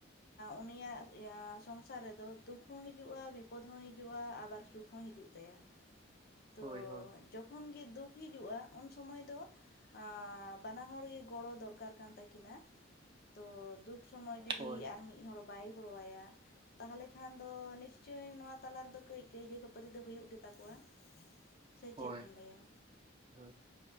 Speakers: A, on the left; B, on the right.
A: ᱩᱱᱤᱭᱟᱜ ᱥᱚᱝᱥᱟᱨ ᱨᱮᱫᱚ ᱫᱩᱠᱷ ᱦᱚᱸ ᱦᱤᱡᱩᱜᱼᱟ ᱵᱤᱯᱚᱫ ᱦᱚᱸ ᱦᱤᱡᱩᱜᱼᱟ ᱟᱵᱟᱨ ᱥᱩᱠ ᱦᱚᱸ ᱦᱤᱡᱩᱜ ᱛᱟᱭᱟ᱾ ᱛᱚ
B: ᱦᱳᱭ ᱦᱳᱭ
A: ᱡᱚᱠᱷᱚᱱ ᱜᱮ ᱫᱩᱠᱷ ᱦᱤᱡᱩᱜᱼᱟ ᱩᱱ ᱥᱚᱢᱚᱭ ᱫᱚ ᱟᱻ ᱵᱟᱱᱟ ᱦᱚᱲ ᱜᱮ ᱜᱚᱲᱚ ᱫᱚᱨᱠᱟᱨ ᱠᱟᱱ ᱛᱟᱹᱠᱤᱱᱟ ᱛᱚ ᱫᱩᱠᱷ ᱥᱚᱢᱚᱭ ᱡᱩᱫᱤ
B: ᱦᱳᱭ
A: ᱟᱨ ᱢᱤᱫ ᱦᱚᱲ ᱵᱟᱭ ᱜᱚᱲᱚᱣᱟᱭᱟ ᱛᱟᱦᱚᱞᱮ ᱠᱷᱟᱱ ᱫᱚ ᱱᱤᱥᱪᱳᱭ ᱱᱚᱣᱟ ᱛᱟᱞᱟ ᱨᱮᱫᱚ ᱠᱟᱹᱡᱽ ᱠᱟᱹᱭᱡᱟᱹ ᱠᱷᱟᱹᱯᱟᱹᱨᱤ ᱫᱚ ᱦᱩᱭᱩᱜ ᱜᱮᱛᱟᱠᱚᱣᱟ᱾ ᱥᱮ
B: ᱦᱳᱭ
A: ᱪᱮᱫ ᱵᱤᱱ ᱞᱟᱹᱭᱟ᱾
B: ᱦᱳᱭ